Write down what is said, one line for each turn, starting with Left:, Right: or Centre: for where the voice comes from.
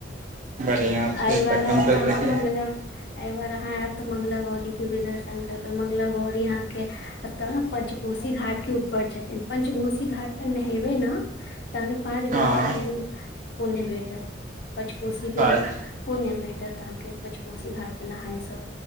Right: बढ़िआँ छै
Left: एहि बार
Right: तखन
Left: आएब तऽ
Right: देखी
Left: मङ्गला एहि बार अहाँ आयब तऽ मङ्गला गौरीके भी दर्शन करबै। मङ्गला गौरी अहाँके एतय पंचकोशी घाटके ऊपर छथिन। पंचघोशी घाटपर नहयबै ने तऽ अहाँकेँ अहाँकेँ गंगाके
Right: हँ
Left: पुण्य भेटत पचकोशीके
Right: अच्छा
Left: पुण्य भेटत अहाँकेँ पचकोशी घाटपर नहायसँ।